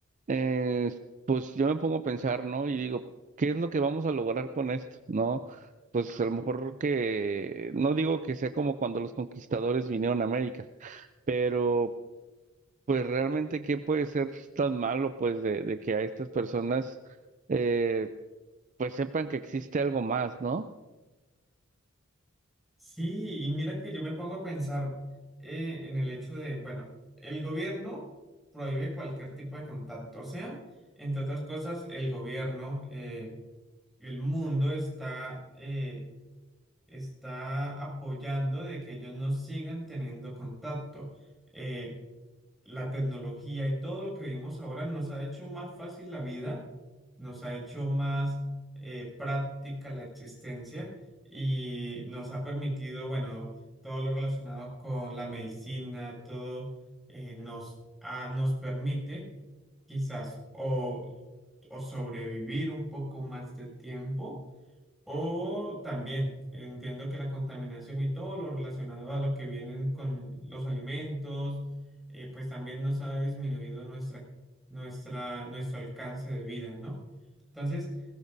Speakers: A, on the right; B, in the centre.
A: eh, pues yo me pongo a pensar, ¿no? Y digo, ¿qué es lo que vamos a lograr con esto? ¿No? Pues a lo mejor que, no digo que sea como cuando los conquistadores vinieron a América, pero pues realmente, ¿qué puede ser tan malo, pues, de, de que a estas personas, eh, pues sepan que existe algo más, ¿no?
B: Sí, y mira que yo me pongo a pensar eh, en el hecho de, bueno, el gobierno prohíbe cualquier tipo de contacto, o sea, entre otras cosas, el gobierno, eh, el mundo está, eh, está apoyando de que ellos no sigan teniendo contacto. Eh, la tecnología y todo lo que vivimos ahora nos ha hecho más fácil la vida, nos ha hecho más eh, práctica la existencia y nos ha permitido, bueno, todo lo relacionado con la medicina, todo eh, nos, ha- nos permite quizás o, o sobrevivir un poco más de tiempo o también entiendo que la contaminación y todo lo relacionado a lo que vienen con los alimentos, eh, pues también nos ha disminuido nuestra, nuestra, nuestro alcance de vida, ¿no? Entonces,